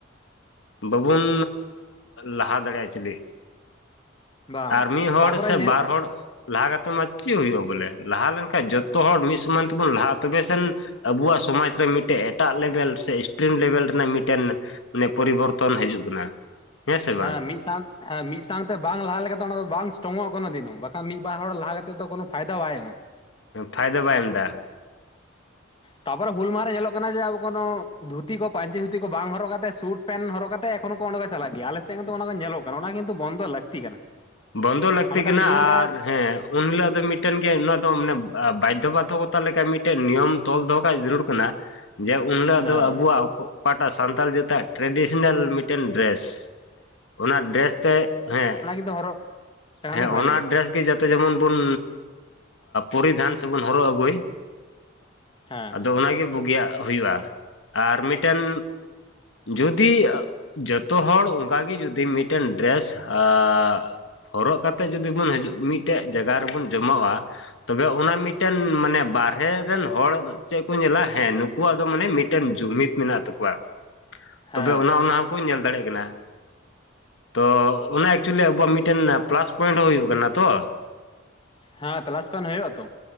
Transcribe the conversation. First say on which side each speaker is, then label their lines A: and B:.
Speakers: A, on the left (about 70°); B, on the left (about 25°).
A: ᱵᱟᱹᱵᱩᱱ ᱞᱟᱦᱟ ᱫᱟᱲᱮᱭᱟᱼᱟ ᱪᱮᱞᱮᱜ
B: ᱵᱟᱝ
A: ᱟᱨ ᱢᱤᱫ ᱦᱚᱲ
B: ᱛᱟᱯᱚᱨᱮ
A: ᱥᱮ
B: ᱧᱮᱞ
A: ᱵᱟᱨ ᱦᱚᱲ ᱞᱟᱦᱟ ᱠᱟᱛᱮ ᱢᱟ ᱪᱮᱫ ᱦᱩᱭᱩᱜᱼᱟ ᱵᱚᱞᱮ, ᱞᱟᱦᱟ ᱞᱮᱱᱠᱷᱟᱱ ᱡᱚᱛᱚ ᱦᱚᱲ ᱢᱤᱫ ᱥᱟᱶᱛᱮ ᱛᱮᱵᱚᱱ ᱞᱟᱦᱟᱜᱼᱟ ᱛᱚᱵᱮ ᱥᱮᱱ ᱟᱹᱵᱚᱣᱟᱜ ᱥᱚᱢᱟᱡᱽ ᱨᱮ ᱢᱤᱫᱴᱮᱡ ᱮᱴᱟᱜ ᱞᱮᱵᱮᱞ ᱥᱮ ᱥᱴᱨᱤᱢ ᱞᱮᱵᱮᱞ ᱨᱮᱱᱟᱜ ᱢᱤᱫᱴᱮᱱ ᱱᱮ ᱯᱚᱨᱤᱵᱚᱨᱛᱚᱱ ᱦᱮᱡᱩᱜ ᱠᱟᱱᱟ ᱥᱮ
B: ᱦᱮᱸ
A: ᱵᱟᱝ
B: ᱢᱤᱫ ᱥᱟᱶ ᱦᱮᱸ ᱢᱤᱫ ᱥᱟᱶᱝᱛᱮ ᱵᱟᱝ ᱞᱟᱦᱟ ᱞᱮᱱᱠᱷᱟᱱ ᱚᱱᱟ ᱫᱚᱵᱟᱝ ᱥᱴᱨᱚᱝᱚᱜᱼᱟ ᱠᱚᱱᱚ ᱫᱤᱱ ᱦᱚᱸ, ᱵᱟᱝᱠᱷᱟᱱ ᱢᱤᱫ ᱵᱟᱨ ᱦᱚᱲ ᱞᱟᱦᱟ ᱠᱛᱮᱫ ᱫᱚ ᱠᱳᱱᱳ ᱯᱷᱟᱭᱫᱟ ᱵᱟᱭ ᱮᱢᱟ ᱾
A: ᱯᱷᱟᱭᱫᱟ ᱵᱟᱭ ᱮᱢ ᱫᱟ
B: ᱛᱟᱯᱚᱨᱮ ᱦᱩᱞ ᱢᱟᱦᱟ ᱨᱮ ᱧᱮᱞᱚᱜ ᱠᱟᱱᱟ ᱡᱮ ᱟᱵᱚ ᱠᱚᱱᱳ ᱫᱷᱩᱛᱤ ᱠᱚ ᱯᱟᱹᱧᱪᱤ ᱫᱷᱩᱛᱤ ᱠᱚ ᱵᱟᱝ ᱦᱚᱨᱚᱜ ᱠᱟᱛᱮ ᱥᱩᱴ ᱯᱮᱱ ᱦᱚᱨᱚᱜ ᱠᱟᱛᱮ ᱮᱠᱷᱚᱱ ᱦᱚᱸᱠᱚ ᱚᱸᱰᱮ ᱠᱚ ᱪᱟᱞᱟᱜ ᱜᱮᱭᱟ ᱟᱞᱮᱥᱮᱫ ᱫᱚ ᱠᱤᱱᱛᱩ ᱚᱱᱟ ᱠᱚ ᱧᱮᱞᱚᱜ ᱠᱟᱱᱟ ᱚᱱᱟ ᱠᱤᱱᱛᱩ ᱵᱚᱱᱫᱚ ᱞᱟᱹᱠᱛᱤ ᱠᱟᱱᱟ
A: ᱵᱚᱱᱫᱚ ᱞᱟᱹᱠᱛᱤ
B: ᱟᱨ ᱢᱤᱫᱴᱟᱝ
A: ᱠᱟᱱᱟ
B: ᱱᱤᱭᱚᱢ ᱨᱮ
A: ᱟᱨ ᱦᱮᱸ, ᱩᱱ ᱦᱤᱞᱳᱜ ᱫᱚ ᱢᱤᱫᱴᱮᱱ ᱜᱮ ᱩᱱ ᱦᱤᱞᱚᱜ ᱫᱚ ᱢᱟᱱᱮ ᱵᱟᱫᱽᱫᱷᱚ ᱵᱟᱫᱽᱫᱷᱚᱠᱚᱛᱟ ᱞᱮᱠᱟ ᱢᱤᱫᱴᱮᱱ ᱱᱤᱭᱚᱢ ᱛᱚᱞ ᱫᱚᱦᱚ ᱠᱟᱜ ᱡᱟᱹᱨᱩᱲ ᱠᱟᱱᱟ ᱾ ᱡᱮ ᱩᱱ ᱦᱤᱞᱳᱜ
B: ᱦᱮᱸ
A: ᱫᱚ ᱟᱹᱵᱚᱣᱟᱜ ᱚᱠᱟᱴᱟᱜ ᱥᱟᱱᱛᱟᱞ ᱡᱟᱹᱛᱟᱜ ᱴᱨᱮᱰᱤᱥᱟᱱᱟᱞ ᱢᱤᱫᱴᱮᱱ ᱰᱨᱮᱥ ᱚᱱᱟ ᱰᱨᱮᱥ ᱛᱮ ᱦᱮᱸ
B: ᱫᱚ ᱦᱚᱨᱚᱜ ᱞᱮᱠᱷᱟᱱ
A: ᱦᱮᱸ
B: ᱜᱮ ᱵᱷᱟᱜᱮᱭᱟ
A: ᱚᱱᱟ ᱰᱨᱮᱥ ᱜᱮ ᱡᱟᱛᱮ ᱡᱮᱢᱚᱱ ᱵᱩᱱ ᱯᱚᱨᱤᱫᱷᱟᱱ ᱥᱮᱵᱚᱱ ᱦᱚᱨᱚᱜ ᱟᱹᱜᱩᱭ ᱾
B: ᱦᱮᱸ
A: ᱟᱫᱚ ᱚᱱᱟᱜᱮ ᱵᱩᱜᱤᱭᱟᱜ ᱦᱩᱭᱩᱜᱼᱟ᱾ ᱟᱨ ᱢᱤᱫᱴᱮᱱ ᱡᱩᱫᱤ ᱡᱚᱛᱚ ᱦᱚᱲ ᱚᱱᱠᱟ ᱜᱮ ᱡᱩᱫᱤ ᱢᱤᱫᱴᱮᱱ ᱰᱨᱮᱥ ᱟᱨ ᱦᱚᱨᱚᱜ ᱠᱟᱛᱮᱫ ᱡᱩᱫᱤ ᱵᱚᱱ ᱦᱤᱡᱩᱜ ᱢᱤᱫᱴᱮᱡ ᱡᱟᱭᱜᱟ ᱨᱮᱵᱚᱱ ᱡᱚᱢᱟᱶᱟ ᱾ ᱛᱚᱵᱮ ᱚᱱᱟ ᱢᱤᱫᱴᱮᱱ ᱢᱟᱱᱮ ᱵᱟᱨᱦᱮ ᱨᱮᱱ ᱦᱚᱲ ᱪᱮᱫ ᱠᱚ ᱧᱮᱞᱟ ᱦᱮᱸ ᱱᱩᱠᱩᱣᱟᱜ ᱫᱚ ᱢᱟᱱᱮ ᱢᱤᱫᱴᱮᱱ ᱡᱩᱢᱤᱫ ᱢᱮᱱᱟᱜ ᱛᱟᱠᱚᱣᱟ ᱛᱚᱵᱮ
B: ᱦᱮᱸ
A: ᱚᱱᱟ ᱚᱱᱟ <unintelligible> ᱧᱮᱞ ᱫᱟᱲᱮᱭᱟᱜ ᱠᱟᱱᱟ ᱛᱚ ᱚᱱᱟ ᱮᱠᱪᱩᱭᱮᱞᱤ ᱟᱵᱚᱣᱟᱜ ᱢᱤᱫᱴᱮᱱ ᱢᱤᱫᱴᱮᱱ ᱯᱞᱟᱥ ᱯᱚᱭᱮᱱᱴ ᱦᱚᱸ ᱦᱩᱭᱩᱜ ᱠᱟᱱᱟ ᱛᱚ
B: ᱦᱮᱸ ᱯᱞᱟᱥ ᱯᱚᱭᱮᱱᱴ ᱦᱩᱭᱩᱜᱼᱟ ᱛᱚ